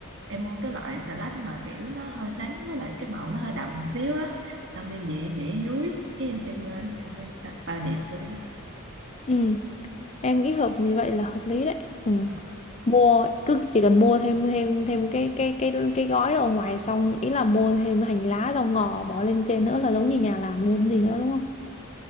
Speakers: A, on the right; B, on the left.
A: em mua cái loại xà lách mà kiểu nó hơi sáng với lại cái màu nó hơi đậm một xíu á xong em về em để dưới cái em chân lên trời ơi, xà- bao đẹp luôn
B: ừ em nghĩ hợp như vậy là hợp lý đấy ừ
A: Ờ,
B: mua cứ chỉ cần mua thêm thêm thêm cái cái cái cái gói đó ở ngoài xong ý là mua thêm hành lá rau ngò bỏ lên trên nữa là giống như nhà làm luôn gì nữa đúng không